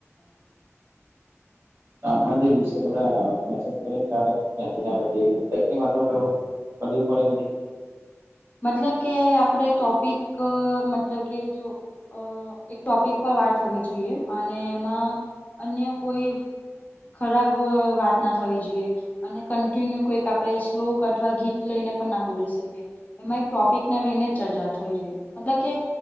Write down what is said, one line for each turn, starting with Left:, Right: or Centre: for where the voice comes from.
Left: ફૂડ
Right: આમાં જે વિષય બધા મેસેજ કરીને, કાર મે આવે છેની વાતો કર કભી પડે બધ.
Left: મતલબ કે આપણે ટોપિક મતલબ કે જો અ એક ટોપિક પર વાત થવી જોઈએ અને એમાં અન્ય કોઈ ખરાબ વાત ના થવી જોઈએ. અને કન્ટિન્યુ કોઈક આપણે શ્લોક અથવા ગીત લઈને પણ ના બોલી શકીએ. એમાં એક ટોપિકને લઈને જ ચર્ચા થઈ જોઈએ. મતલબ કે